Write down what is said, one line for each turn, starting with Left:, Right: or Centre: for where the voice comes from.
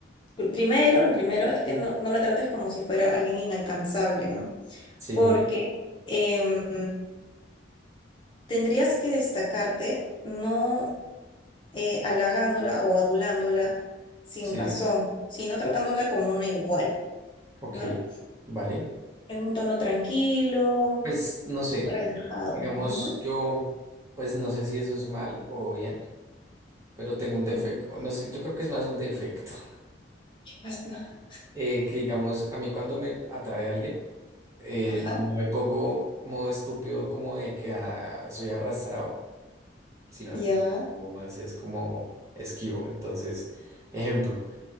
Left: lo primero, lo primero es que no, no la trates como si fuera alguien inalcanzable, ¿no?
Right: sí,
Left: Porque em, tendrías que destacarte no eh, halagándola o adulándola sin
Right: sí.
Left: razón, sino tratándola como una igual,
Right: Ok,
Left: ¿no?
Right: vale.
Left: En un tono tranquilo,
Right: Pues no sé,
Left: relajado.
Right: digamos
Left: Ujú,
Right: yo, pues no sé si eso es mal o bien, pero tengo un defecto,
Left: ujú.
Right: no sé, yo creo que es más un defecto,
Left: ¿Qué pasa?
Right: <laughs> eh, que digamos, a mí cuando me atrae alguien, eh,
Left: Ajá,
Right: no me pongo modo estúpido como de que ah, soy arrastrado, sino antes
Left: ya.
Right: me pongo más es como esquivo. Entonces, ejemplo,